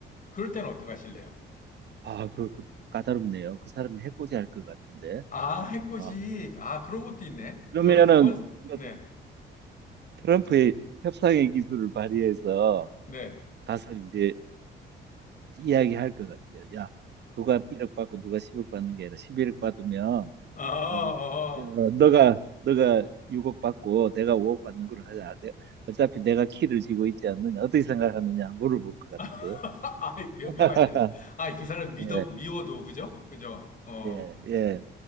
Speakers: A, on the left (about 40°); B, on the right (about 60°).
A: 그럴 때는 어떡하실래요?
B: 아, 그, 그 까다롭네요. 그 사람이 해코지 할 것 같은데.
A: 아, 해코지.
B: 아,
A: 아, 그런 것도 있네.
B: 그러면은
A: 저는 그건,
B: 뭐
A: 네,
B: 트럼프의 협상의 기술을 발휘해서
A: 네.
B: 가서 이제 이야기할 것 같아요. 야, 누가 1억 받고 누가 10억 받는 게 아니라 11억 받으면
A: 아, 아,
B: 어, 어,
A: 아.
B: 너가 너가 6억 받고 내가 5억 받는 걸로 하자. 내, 어차피 내가 키를 쥐고 있지 않느냐. 어떻게 생각하느냐 물어볼 것 같은데요.
A: <laughs> 아이, 그
B: <laughs>
A: 현명하시네요. 아이, 그 사람 믿어,
B: 예.
A: 미워도, 그죠? 그죠? 어
B: 예, 예,